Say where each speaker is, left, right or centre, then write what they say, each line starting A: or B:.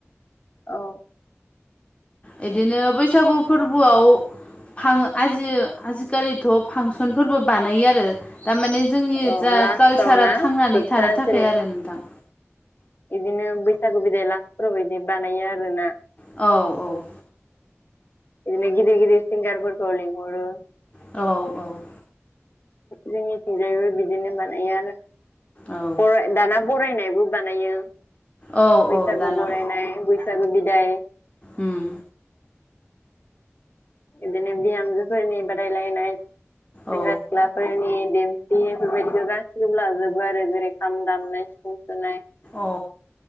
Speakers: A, on the left (about 50°); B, on the left (about 25°).
A: औ।
B: ए बिदिनो बैसागु फोरबोआव फां आजि आजिखालिथ' फांसनफोरबो बानायो आरो दामाने जोंनि
A: औ
B: जा
A: लास्टाव
B: कालसारा
A: ना
B: थांनानै
A: जोबथा
B: थानो थाखाय
A: जेरै
B: आरो नोंथां।
A: बिदिनो बैसागु बिदाय लास्फोराव बिदि बानायो आरोना।
B: औ औ।
A: बिदिनोे गिदिर गिदिर सिंगारफोरखौ लिंहरो।
B: औ औ।
A: जोंनिथिंजायबो बिदिनो बानायो आरो
B: औ
A: बराय दाना बरायनायबो बानायो
B: औ
A: बैसागु
B: औ दाना
A: बरायनाय बैसागु बिदाय
B: उम।
A: बिदिनो बिहामजोफोरनि बादायलायनाय सेंग्रा
B: औ
A: सिख्ला फोरनि देमसि बेफोरबायदिखौ गासिखौबो लाजोबो आरो जेरै खाम दामनाय सिफुं सुनाय
B: अ